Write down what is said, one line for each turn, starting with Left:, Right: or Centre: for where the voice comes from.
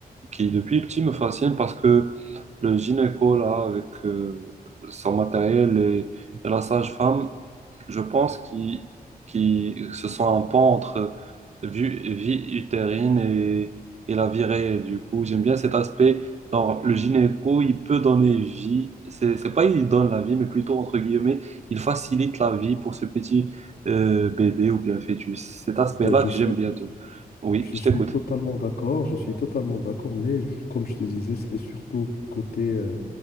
Right: qui, depuis petit, me fascine parce que le gynéco, là, avec euh, son matériel et, et la sage-femme, je pense qu'ils qui, se sont un pont entre vue vie utérine et, et la vie réelle. Du coup, j'aime bien cet aspect. Genre, le gynéco, il peut donner vie. C'est, c'est pas il donne la vie, mais plutôt, entre guillemets, il facilite la vie pour ce petit euh, bébé ou bien fœtus. Cet aspect-là
Left: Ben, je
Right: que
Left: suis,
Right: j'aime bien. tout. Oui,
Left: je
Right: je
Left: suis
Right: t'écoute.
Left: totalement d'accord, je suis totalement d'accord, mais je- comme je te disais, c'est surtout côté euh,